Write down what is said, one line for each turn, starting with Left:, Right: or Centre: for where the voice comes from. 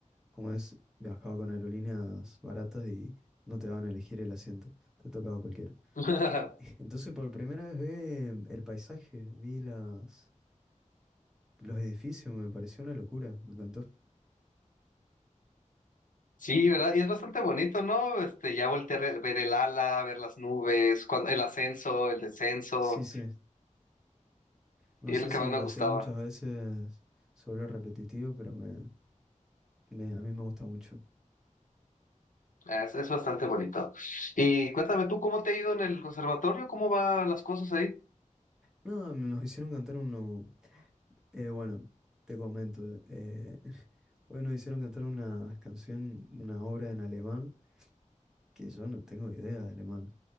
Centre: como es, viajaba con aerolíneas baratas y no te van a elegir el asiento. Te tocaba cualquiera.
Left: <laughs>
Centre: <laughs> Entonces por primera vez vi el paisaje, vi las, los edificios, me pareció una locura, me encantó.
Left: Sí, ¿verdad? Y es bastante bonito, ¿no? Este, ya volteé a re- ver el ala, ver las nubes, cuan- el ascenso, el descenso,
Centre: Sí, sí, no
Left: y
Centre: sé
Left: es lo que
Centre: si
Left: más me
Centre: lo
Left: gustaba.
Centre: haces muchas veces, se vuelve repetitivo, pero me, me- a mí me gusta mucho.
Left: Es, es bastante bonito. Y cuéntame tú, ¿cómo te ha ido en el conservatorio? ¿Cómo van las cosas ahí?
Centre: No, nos hicieron cantar uno, eh, bueno, te comento, eh, <laughs> hoy nos hicieron cantar una canción, una obra en alemán, que yo no tengo idea de alemán.